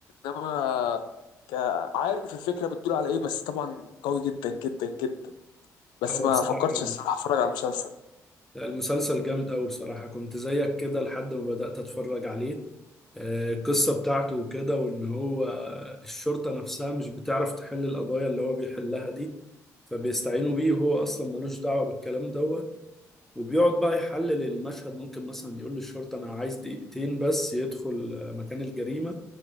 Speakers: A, on the left; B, in the centre.
A: انما ك... عارف الفكره بتدور على ايه بس طبعا قوي جدا جدا جدا بس
B: هو
A: ما
B: بصراحه
A: فكرتش الصراحه اتفرج على مسلسل
B: لا، المسلسل جامد قوي بصراحه كنت زيك كده لحد ما بدات اتفرج عليه آه، القصة بتاعته وكده وإن هو الشرطة نفسها مش بتعرف تحل القضايا اللي هو بيحلها دي فبيستعينوا بيه وهو أصلا ملوش دعوة بالكلام دوت وبيقعد بقى يحلل المشهد ممكن مثلا يقول للشرطة أنا عايز دقيقتين بس يدخل آه، مكان الجريمة